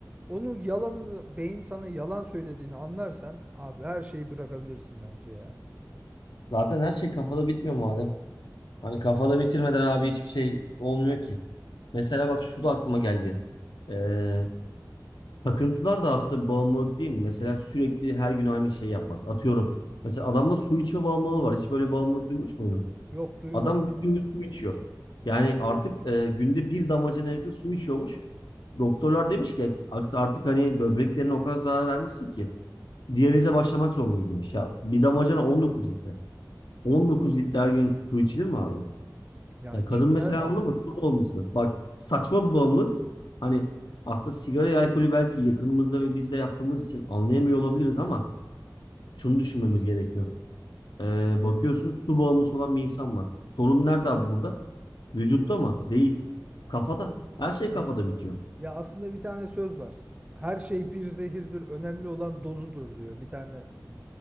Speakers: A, on the right; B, on the left.
A: Onun yalanını beyin sana yalan söylediğini anlarsan abi her şeyi bırakabilirsin bence ya.
B: Zaten her şey kafada bitmiyor madem. Hani kafada
A: Ya
B: bitirmeden abi hiçbir şey olmuyor ki. Mesela bak şu da aklıma geldi. Ee, takıntılar da aslında bir bağımlılık değil mi? Mesela sürekli her gün aynı şeyi yapmak. Atıyorum. Mesela adamda su içme bağımlılığı var. Hiç böyle bağımlılık duymuş muydun?
A: yok duymadın
B: Adam
A: mı?
B: bütün gün su içiyor. Yani artık e, günde bir damacana yakın su içiyormuş. Doktorlar demiş ki "Art- artık hani böbreklerine o kadar zarar vermişsin ki diyalize başlamak zorundayız demiş. Ya bir damacana 19 litre. 19 litre her gün su içilir mi abi?
A: Ya
B: Ya
A: içilmez
B: kadın mesela anladın
A: ya.
B: mı? Su bağımlısı. Bak saçma bir bağımlılık. Hani aslında sigarayı, alkolü belki yakınımızda ve biz de yaptığımız için anlayamıyor olabiliriz ama şunu düşünmemiz gerekiyor. E, bakıyorsun su bağımlısı olan bir insan var. Sorun nerede abi burada? Vücutta mı? Değil. Kafada. Her şey
A: Ya
B: kafada bitiyor.
A: ya aslında bir tane söz var. Her şey bir zehirdir. Önemli olan dozudur diyor bir tane